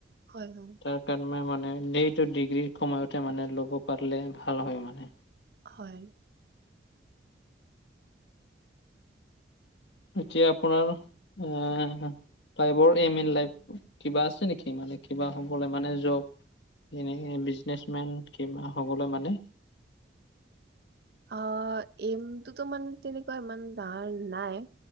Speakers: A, on the right; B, on the left.
A: হয় হয়।
B: তাৰ কাৰণে মানে এইটো ডিগ্ৰীৰ সময়তে মানে ল'ব পাৰিলে ভাল হয় মানে।
A: হয়।
B: এতিয়া আপোনাৰ আহ' এইম ইন লাইফ কিবা আছে নেকি মানে কিবা হ'বলৈ মানে জব এনেকে বিজনেচ মেন কিবা হবলে মানে?
A: অ' এইমটোতো মানে তেনেকুৱা ইমান ডাৰ নাই।